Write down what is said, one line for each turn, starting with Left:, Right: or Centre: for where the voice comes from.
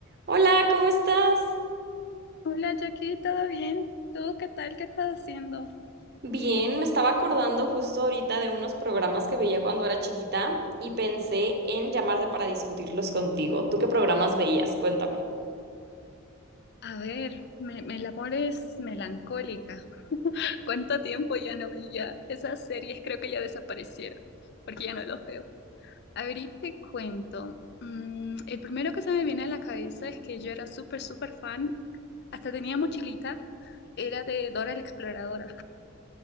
Right: Hola, ¿cómo estás?
Left: Hola Jackie, ¿todo bien? ¿Tú qué tal? ¿Qué estás haciendo?
Right: Bien, me estaba acordando justo ahorita de unos programas que veía cuando era chiquita y pensé en llamarte para discutirlos contigo. ¿Tú qué programas veías? Cuéntame.
Left: A ver, me, me la pones melancólica. <laughs> ¿Cuánto tiempo ya no vi ya? Esas series creo que ya desaparecieron, porque ya no los veo. A ver, y te cuento. Mm, el primero que se me viene a la cabeza es que yo era súper, súper fan, hasta tenía mochilita, era de Dora la Exploradora.